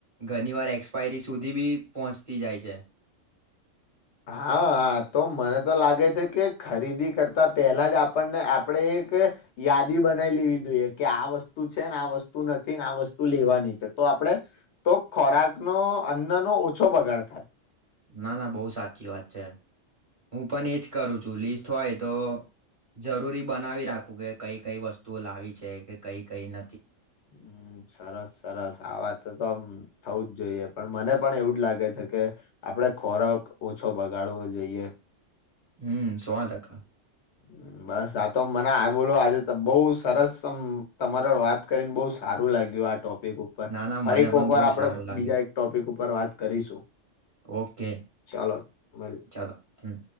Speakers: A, on the right; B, on the left.
A: ઘણી વાર એક્સપાયરી સુધી બી ધી પહોંચતી જાય છે.
B: હા તો મને તો લાગે છે કે ખરીદી કરતા પહેલા જ આપણને આપણેે એક યાદી બનાવી લેવી જોઈએ કે આ વસ્તુ આ વસ્તુ નથી ને આ વસ્તુ લેવાની છે, તો આપડે તો ખોરાકનો અન્નનો ઓછો બગાડ થાય
A: ના. ના. બહુ સાચી વાત છે, હું પણ એજ કરું છું લિસ્ટ હોય તો જરૂરી બનાવી રાખવું કે, કઈ કઈ વસ્તુઓ લાવી છે કે કઈ કઈ ન
B: હમ સરસ સરસ, આ વાત તો આમ થવું જ જોઈએ, પણ મને પણ એવું જ લાગે છે કે, આપડે ખોરાક ઓછો બગાડવો જોઈએ <inaudible>
A: હમ સો ટકા
B: <unintelligible> બસ આ તો મને આ બોલો આજે બહુ સરસ અમ તમારો વાત કરીને બહુ સારું લાગ્યું આ ટોપ ટપિક ઉપર,
A: ના ના
B: ફરીક
A: મને પણ
B: વાર
A: બહુ
B: આપડે
A: સારું લાગ્યું
B: બીજા એક ટોપિક ઉપર વાત કરીશું.
A: ઓકે,
B: ચાલો મલ
A: ચાલો હમ્મ.